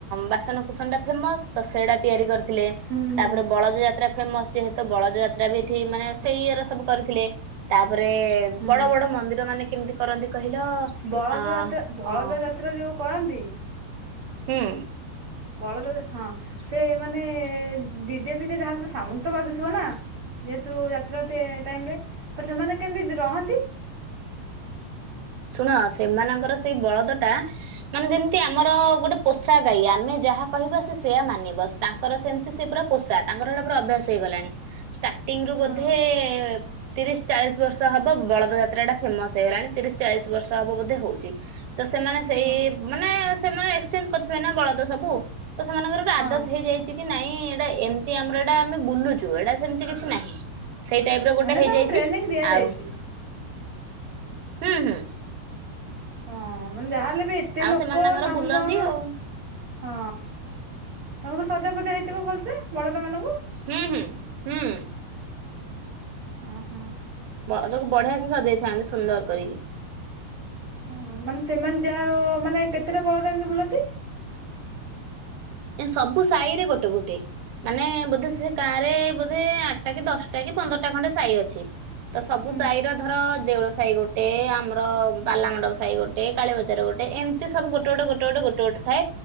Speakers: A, on the right; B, on the right.
A: ବାସନ କସନ ଟା ଫେମସ ତ ସେଇଟା ତିଆରି କରି ଥିଲେ
B: ହୁଁ ହୁଁ
A: ତାପରେ ବଳଦ ଯାତ୍ରା ଫେମସ ଯେହେତୁ ବଳଜ ଯାତ୍ରା ବି ଏଠି ମାନେ ସେଇ ଇର ସବୁ କରିଥିଲେ। ତାପରେ
B: ହୁଁ
A: ବଡ ବଡ ମନ୍ଦିର ମାନେ କେମିତି କରନ୍ତି କହିଲ
B: ବଳଦ
A: ଅ
B: ଯାତ୍ରା ବଳଦ
A: ଅ
B: ଯାତ୍ରା ଯୋଉ କରନ୍ତି
A: ହୁଁ
B: ବଳଦେ ହଁ ସେ ମାନେ ଦଡିିଜେ ଫିଜେ ଯାହାଲେ ସାସାଉଣ୍ଡ ତ ବାଜୁଥିବ ନା। ଯେହେତୁ ଯାତ୍ରା ଟାଇମ ରେ ତ ସେମାନେ କେମିତି ରହନ୍ତି?
A: ଶୁଣ ସେମାନଙ୍କର ସେଇ ବଳଦ ଟା ମାନେ ଯେମିତି ଆମର ଗୋଟେ ପୋଷା ଗାଈ ଆମେ ଯାହା କହିବା ସେ ସେଆ ମାନିବ। ତାଙ୍କର ସେମିତି ସେ ପୁରା ପୋଷା ତାଙ୍କର ସେଇଟା ପୁରା ଅଭ୍ୟାସ ହେଇଗଲାଣି। ଟିଂ ରୁ
B: ହଁ
A: ବୋଧେ ତିରିଶ ଚାଳିଶ ବର୍ଷ ହବ ବଳଦ ଯାତ୍ରା ଟା ଫେମସ ହେଇଗଲାଣି ତିରିଶ। ଚାଳିଶ ବର୍ଷ ହବ ବୋେ ହଉଛି ତ ସେମାନେ ସେଇ
B: ହଁ।
A: ମାନେ ସେମାନେ। କରିଥିବେ ନା ବଳଦ ସବୁ ତ ସେମାନଙ୍କରୋ
B: ହଁ
A: ଆଦତ ହେଇଯାଇଚି କି ନାଇଁ ଏଇଟା ଏମିତି ଆମର ଏଇଟା ଆମେ ବୁଲୁଛୁ ଏଇଟା ସେମିତି କିଛି ନାହିଁ। ସେଇ ଟାଇପ ର ଗୋଟେ
B: ମାନେ
A: ହେଇଯାଇଚୁ
B: ତାଙ୍କୁ ଟ୍ରେନିଂ ଦିଆଯାଇଛି
A: ଆଉ। ହୁଁ।
B: ହଁ ମାନେ ଯାହାହେଲେ ବି ଏତେ
A: ଆଉ
B: ଲୋକ
A: ସେମାନେ ତାଙ୍କର
B: ସାଉଣ୍ଡ
A: ବୁଲନ୍ତି
B: ଫଉଣ୍ଡ
A: ଆଉ।
B: ହଁ ତମ ତ ସଜା ଫଜା ହେଇଥିବ ଭଲସେ ବଳଦ ମାନଙ୍କୁ!
A: ହୁଁ ହୁଁ ହୁଁ।
B: ଓ ହୋ।
A: ବଳଦ କୁ ବଢିଆ ସେ ସଜେଇଥାନ୍ତି ସୁନ୍ଦର କରିକି।
B: ଓ ମାନେ ସେମାନେ ଯାହାୁ ମାନେ କେତେଟା ପଳଦ ଏମତି ବୁଲନ୍ତି?
A: ଏ ସବୁ ସାହିରେ ଗୋଟେ ଗୋଟେ। ମାନେ ବୋଧେ ସେ ଗାଁରେ ବୋଧେ ଆଠଟା କି ଦଶଟା କି ପନ୍ଦରଟା ଖଣ୍ଡେ ସାଇ ଅଛି। ତ ସବୁ
B: ହୁଁ
A: ସାହିର ଧର ଦେଉଳ ସାହି ଗୋଟେ ଆମର ବାଲାମଣ୍ଡପ ସାହି ଗୋଟେ କାଳୀ ବଜାର ଗୋଟେ ଏମିତି ସବୁ ଗୋଟେ ଗୋଟେ ଗୋଟେ ଗୋଟେ ଗୋ ଗୋଟେ ଗୋଟେ ଥାଏ